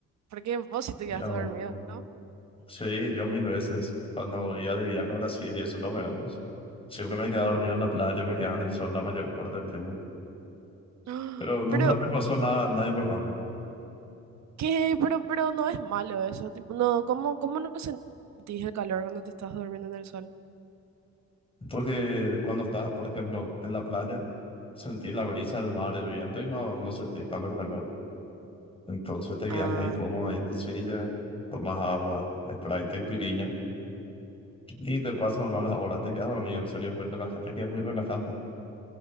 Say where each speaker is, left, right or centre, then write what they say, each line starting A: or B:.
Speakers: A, on the right (about 65°); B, on the left (about 20°).
A: Porque vos sí te
B: mira
A: quedaste
B: vos.
A: dormido, ¿no?
B: Sí, yo mil veces, cuando iba de viaje a Brasil y eso en los veranos, siempre me quedaba dormido en la playa, me quedaba en el sol la mayor parte del tiempo.
A: <gasps>
B: Pero nunca
A: Pero,
B: me pasó nada, nada importante.
A: ¿qué? Pero, pero no es malo eso. Tipo, no, ¿cómo, cómo no sentís el calor cuando te estás durmiendo en el sol?
B: Porque cuando estás, por ejemplo, en la playa, sentir la brisa del mar, el viento y no, no sentir tanto el calor. Entonces te
A: Ah,
B: quedas muy cómodo ahí en tu silla, tomas agua, Sprite y piriña. Y te pasan malas horas, te quedas dormido, en serio, es muy relaja- es que es muy relajante.